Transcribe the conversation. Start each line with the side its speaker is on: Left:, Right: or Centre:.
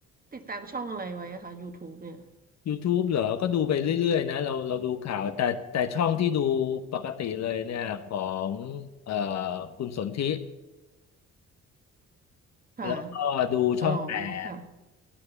Right: ติดตามช่องอะไรไว้อะคะ YouTube เนี่ย
Left: YouTube เหรอ ก็ดูไปเรื่อยๆนะเราเราดูข่าวแต่แต่ช่องที่ดูปกติเลยเนี่ยของเอ่อคุณสนธิ
Right: ค่ะ
Left: แล้วก็ดูช่องแปด
Right: อ๋อค่ะ